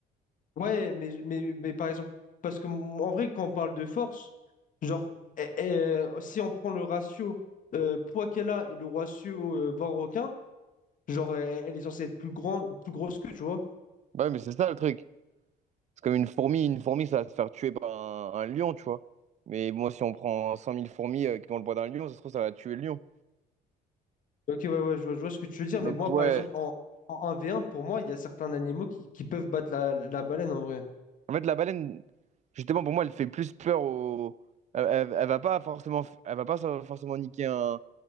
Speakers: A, on the left (about 50°); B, on the right (about 45°).
A: Ouais, mais, mais, mais par exemple, parce que m- en vrai, quand on parle de force, genre, eh, eh, si on prend le ratio euh, poids qu'elle a et le ratio euh, 20 requins, genre, elle, elle est censée être plus grand, plus grosse que, tu vois.
B: Bah ouais, mais c'est ça le truc. C'est comme une fourmi, une fourmi, ça va se faire tuer par un, un lion, tu vois. Mais bon, si on prend 100 000 fourmis euh, qui ont le poids d'un lion, ça se trouve, ça va tuer le lion.
A: Ok, ouais, ouais, je vois, je vois ce que tu veux dire,
B: Donc,
A: mais moi,
B: ouais.
A: par exemple, en, en 1 v un, pour moi, il y a certains animaux qui, qui peuvent battre la, la baleine en vrai.
B: En fait, la baleine, justement, pour moi, elle fait plus peur au. Elle, elle- elle va pas forcément, elle va pas so, forcément niquer un,